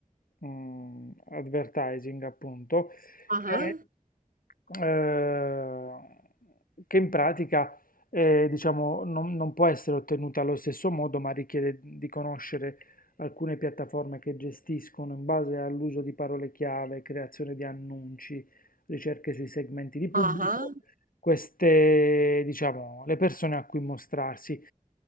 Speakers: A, on the left; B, on the right.
A: mm, Advertising, appunto,
B: Ah,
A: che eh, che in pratica eh, diciamo, non, non può essere ottenuta allo stesso modo, ma richiede di conoscere alcune piattaforme che gestiscono in base all'uso di parole chiave, creazione di annunci, ricerche sui segmenti di pubblico,
B: ah, ah,
A: queste, diciamo, le persone a cui mostrarsi.